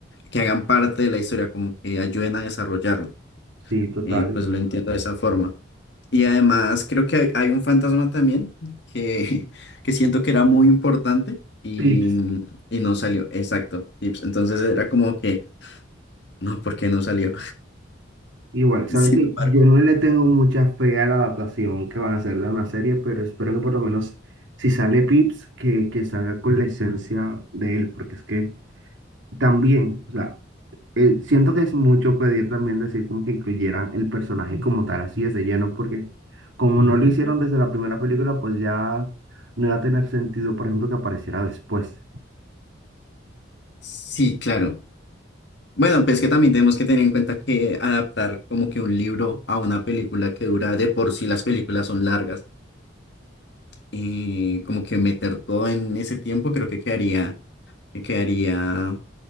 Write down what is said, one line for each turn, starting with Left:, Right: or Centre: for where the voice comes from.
Left: que hagan parte de la historia, como que ayuden a desarrollarla.
Right: Sí, total.
Left: Eh, pues lo entiendo de esa forma. Y además creo que hay, hay un fantasma también que, <laughs> que siento que era muy importante y,
Right: Pips.
Left: y no salió, exacto. Y, pues, entonces era como que, no, ¿por qué no salió?
Right: Igual, sabes
Left: <laughs> Sin
Right: que
Left: embargo,
Right: yo no le tengo mucha fe a la adaptación que van a hacer de una serie, pero espero que por lo menos si sale Pips, que, que salga con la esencia de él, porque es que también, o sea, eh, siento que es mucho pedir también decir como que incluyeran el personaje como tal, así es de lleno, porque como no lo hicieron desde la primera película, pues ya no iba a tener sentido, por ejemplo, que apareciera después.
Left: sí, claro. Bueno, pues que también tenemos que tener en cuenta que adaptar como que un libro a una película que dura de por sí las películas son largas y como que meter todo en ese tiempo creo que quedaría, que quedaría